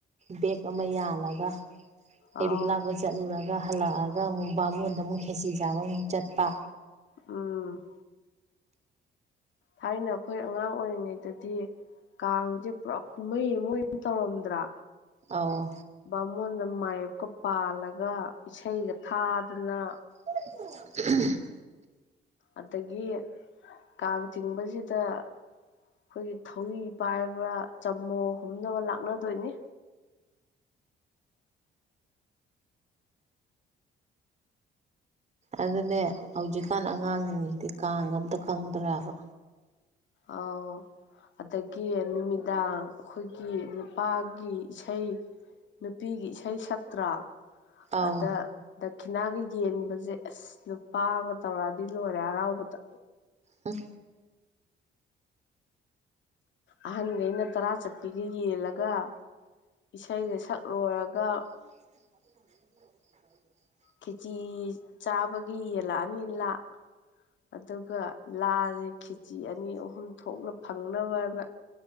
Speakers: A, on the right; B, on the left.
A: ꯕꯦꯛ ꯑꯃ ꯌꯥꯜꯂꯒ ꯍꯩꯔꯨꯛ
B: ꯑꯥꯎ
A: ꯂꯥꯛꯄ ꯆꯠꯂꯨꯔꯒ ꯍꯜꯂꯛꯑꯒ ꯑꯃꯨꯛ ꯕꯥꯉꯣꯟꯗ ꯑꯃꯨꯛ ꯈꯦꯁꯤ ꯆꯥꯕ ꯑꯃꯨꯛ ꯆꯠꯄ
B: ꯎꯝ ꯊꯥꯏꯅ ꯑꯩꯈꯣꯏ ꯑꯉꯥꯡ ꯑꯣꯏꯔꯤꯉꯩꯗꯗꯤ ꯀꯥꯡꯁꯦ ꯄꯨꯔꯥ ꯀꯨꯝꯍꯩ ꯑꯃ ꯑꯣꯏꯅ ꯇꯧꯔꯝꯗ꯭ꯔꯥ
A: ꯑꯥꯎ
B: ꯕꯥꯃꯣꯟꯗ ꯃꯥꯌꯞꯀ ꯄꯥꯜꯂꯒ ꯏꯁꯩꯒ ꯊꯥꯗꯅ
A: ꯎ
B: ꯑꯗꯒꯤ ꯀꯥꯡ ꯆꯤꯡꯕꯁꯤꯗ ꯑꯩꯈꯣꯏꯒꯤ ꯊꯧꯔꯤ ꯄꯥꯏꯔꯕ ꯆꯃꯣ ꯍꯨꯝꯅꯕ ꯂꯥꯛꯅꯗꯣꯏꯅꯤ
A: ꯑꯗꯨꯅꯦ ꯍꯧꯖꯤꯛꯀꯥꯟ ꯑꯉꯥꯡꯁꯤꯡꯁꯤꯗꯤ ꯀꯥꯡ ꯑꯝꯇ ꯈꯪꯗ꯭ꯔꯕ
B: ꯑꯥꯎ ꯑꯗꯒꯤ ꯅꯨꯃꯤꯗꯥꯡ ꯑꯩꯈꯣꯏꯒꯤ ꯅꯨꯄꯥꯒꯤ ꯏꯁꯩ ꯅꯨꯄꯤꯒꯤ ꯏꯁꯩ ꯁꯛꯇ꯭ꯔꯥ
A: ꯑꯧ
B: ꯑꯗ ꯗꯈꯤꯅꯥꯒ ꯌꯦꯟꯕꯁꯦ ꯑꯁ ꯂꯨꯄꯥ ꯑꯃꯒ ꯇꯧꯔꯥꯗꯤ ꯂꯣꯏꯔꯦ ꯍꯔꯥꯎꯕꯗ
A: ꯎꯝ
B: ꯑꯍꯟꯈꯩꯅ ꯇꯔꯥ ꯆꯠꯄꯤꯒ ꯌꯦꯜꯂꯒ ꯏꯁꯩꯒ ꯁꯛ ꯂꯣꯏꯔꯒ
A: <unintelligible>
B: ꯀꯦꯖꯤ ꯆꯥꯕꯒꯤ ꯌꯦꯜꯂꯛꯑꯅꯤ ꯂꯥ ꯑꯗꯨꯒ ꯂꯥꯥꯁꯦ ꯈꯦꯆꯤ ꯑꯅꯤ ꯑꯍꯨꯝ ꯊꯣꯛꯅ ꯐꯪꯅꯕꯅ